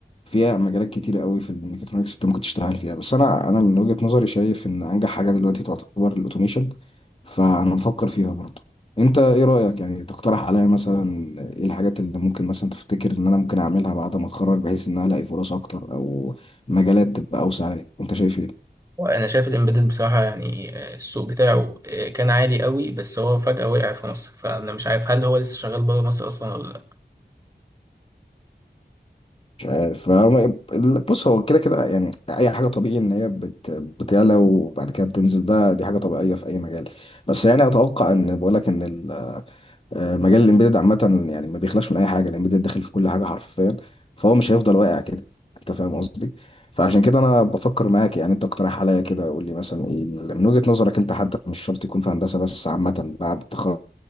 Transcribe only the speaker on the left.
فيها مجالات كتيرة قوي في الميكاترونكس انت ممكن تشتغل فيها بس انا انا من وجهة نظري شايف ان انجح حاجة دلوقتي تعتبر الاوتوميشن فانا بفكر فيها برضه انت ايه رأيك يعني تقترح عليا مثلا ايه الحاجات اللي ممكن مثلا تفتكر ان انا ممكن اعملها بعد ما اتخرج بحيث ان انا الاقي فرص اكتر او مجالات تبقى اوسع عليا انت شايف ايه
مش عارف فهو- ال- بص هو كده كده يعني اي حاجه طبيعي ان هي بت... بتعلى وبعد كده بتنزل ده دي حاجه طبيعيه في اي مجال بس يعني اتوقع ان بقول لك ان ال- آه، مجال الامبيدد عامه يعني ما بيخلاش من اي حاجه الامبيدد داخل في كل حاجه حرفيا فهو مش هيفضل واقع كده انت فاهم قصدي فعشان كده انا بفكر معاك يعني انت اقترح عليا كده قول لي مثلا ايه ال- من وجهه نظرك انت حتى مش شرط يكون في هندسه بس عامه بعد التخرج